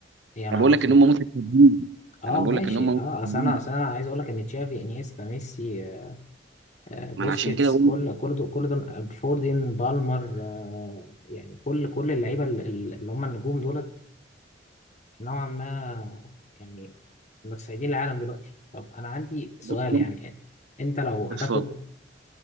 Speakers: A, on the left; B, on the right.
A: يا نهار
B: انا بقول لك
A: اسود
B: ان هم متفاهمين
A: اه
B: انا بقول
A: ماشي
B: لك ان هم متفاهمين
A: اه اصل انا اصل انا عايز اقول لك ان تشافي انيستا ميسي آه، آه، بوسكيتس
B: ما انا عشان كده بقول
A: كل
B: لك
A: كل دول كل دول آه، فوردين بالمر آه، يعني كل كل اللعيبه ال- ال- اللي هم النجوم دول نوعا ما يعني متسيدين العالم دلوقتي طب انا عندي سؤال
B: بص
A: يعني انت لو هتاخد
B: اتفضل